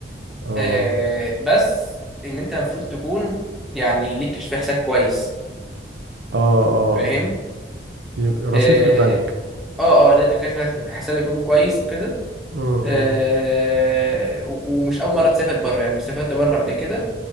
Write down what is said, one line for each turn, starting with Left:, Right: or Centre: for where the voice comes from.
Right: اه
Centre: آه بس ان انت المفروض تكون يعني ليك كشف حساب كويس
Right: اه اه
Centre: فاهم
Right: يج- رصيد
Centre: اه
Right: في البنك
Centre: اه آه، ليك كشف حساب يكون كويس وكده
Right: امم
Centre: آه و- ومش اول مره تسافر بره يعني سافرت بره قبل كده